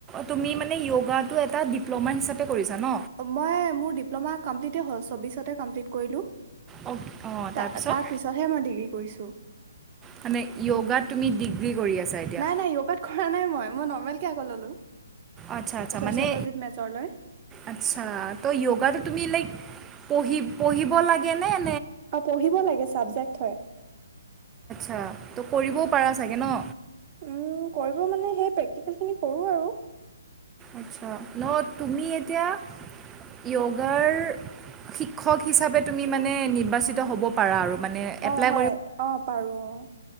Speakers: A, on the right; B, on the right.
A: তুমি মানে য়গাটো এটা ডিপ্ল'মা হিচাপে। কৰিছা ন?
B: মই মোৰ ডিপ্লমা কমপ্লীত। হল চৌবিশতে কমপলিট কৰিলো।
A: অঁ তাৰপিছত
B: ত তাৰ পিছতহে মই ডিগ্ৰী কৰিছো।
A: মানে য়গা তুমি ডিগ্ৰী। কৰি আছা এতিয়া?
B: নাই নাই য়গাত কৰা নাই মই মই নৰমেলকে আকৌ ললো
A: আচ্ছা আচ্ছা
B: চচিওলজি
A: মানে
B: ত মেজৰ লৈ।
A: আচ্ছা তো য়োগাটো তুমি লাইক পঢ়ি পঢ়িব লাগে নে?
B: অঁ, পঢ়িব লাগে ছাবজেক্ট হয়।
A: ত' কৰিবও পাৰা চাগে ন।
B: উম কৰিব মানে সেই প্ৰেক্টিকেল খিনি কৰোঁ আৰু।
A: আছা ন তুমি এতিয়া য়গাৰ শিক্ষক হিচাপে তুমি মানে নিৰ্বাচিত হ'ব পাৰা আৰু।। মানে
B: অঁ,
A: এপ্লাই
B: হয় অঁ, পাৰো অঁ